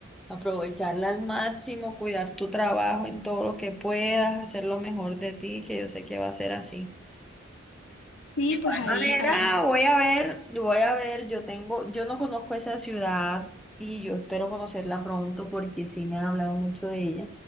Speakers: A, in the centre; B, on the left.
A: Aprovecharla al máximo, cuidar tu trabajo en todo lo que puedas, hacer lo mejor de ti, que yo sé que va a ser así.
B: Sí,
A: De igual
B: pues ahí,
A: manera,
B: ahí,
A: voy a ver, voy a ver, yo tengo, yo no conozco esa ciudad y yo espero conocerla pronto porque sí me han hablado mucho de ella.